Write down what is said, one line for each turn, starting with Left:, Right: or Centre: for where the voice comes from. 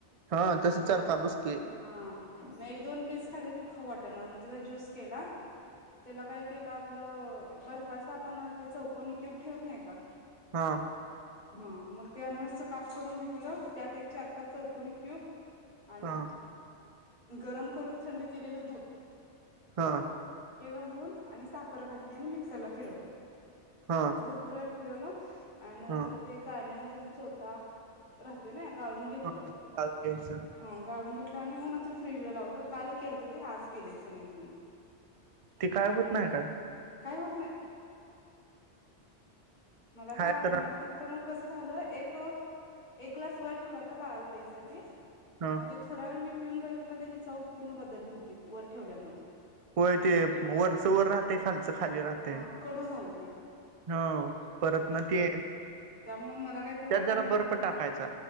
Right: हा तस
Left: त्या
Right: चरखा बसतोय
Left: हा एक दोन पीस खाल् की ख वाट ना मग त्याचा ज्यूस केला त्याला काय केलं आपलं बर्फाच आपण ते चौकोनी क्यूब ठेवत नाही का
Right: हा
Left: ह मग त्या अनस्त काप करून घेतलं त्यात एक चार पाच चौकनी क्यूब आणि
Right: हा
Left: गरम करून थंड केलेलं दूध
Right: हा
Left: हे घालून आणि साखर घली आणि मिक्सरला फिरवलं
Right: हा
Left: भरपूर वेळ फिरलं आणि नंतर
Right: हा
Left: ते गाण्यान त्याचा चोता राहतोय ना गाळून घेतलं
Right: हा चालत घ्यायचं
Left: ह गाळून घ आणि मग नंतर फ्रीज लावलं काल केलत ते आज पेलेत सगळेजण मग
Right: ते काय
Left: मला
Right: होत नाही का
Left: काय होत नाही मला
Right: हाय
Left: काय आवडणार
Right: तर
Left: फक्त मग कसं झालं एक एक ग्लास वर ठेवला होता बाळाला पेयसाठी
Right: ह
Left: आणि ते थोड्या व मी पिऊन बघित ला त्याची चव पूर्ण बदलली होती वर ठेवल्यामुळे
Right: होय ते वरचं वर राहते खालचं खाली राहते
Left: ह कडू झालं ते
Right: हा परत ना ते
Left: मग मला काही
Right: त्यात
Left: बी वाटलं
Right: जरा
Left: ना
Right: बर्फ टाकायचा